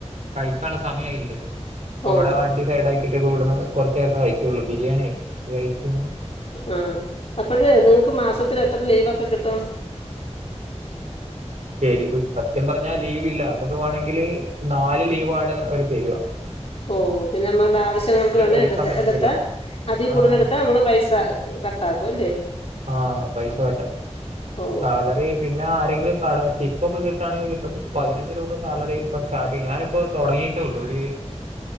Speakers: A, on the right (about 80°); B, on the left (about 55°).
A: കഴിക്കാള്ള സമയായിട്ടില്ലല്ലോ ഇപ്പ
B: ഓ
A: ഇവടെ വണ്ടി സൈഡാക്കിട്ട് പ്പ്വ്ട്ന്ന് കൊർച്ച് നേരത്തെ കഴിച്ചോള്ളു ബിരിയാണി <unintelligible>
B: ആ അപ്പഴേ നിങ്ങക്ക് മാസത്തില് എത്ര ലീവൊക്കെ കിട്ടും
A: ശരിവ് സത്യം പറഞ്ഞാ ലീവ് ല്ല നമ്മക്ക് വാണെങ്കില് നാല് ലീവാണ് അവര് തര്വ
B: ഓ പിന്നെ നമ്മടാവശ്യങ്ങക്ക് വേണെ
A: എടുക്കാൻ
B: എടുക്ക
A: പറ്റത്തില്ല
B: എടുത്താ അതി കൂടുതലെടുത്താ
A: ആഹ്
B: നമ്മളെ പൈസ കട്ടാക്കും ല്ലേ
A: ആ പൈസ കട്ടാക്കും
B: ഓ
A: അത് പിന്നെ ആരെങ്കിലും പ്പാടെ ടിപ്പൊക്കെ കിട്ടാണെങ്കി കിട്ടും പതിനഞ്ച് രൂപ സാലറി ഇപ്പൊ സ്റ്റാർട്ടിങ്ങാ ഞാനിപ്പോ തൊടങ്ങീട്ടൊള്ളു ഒര്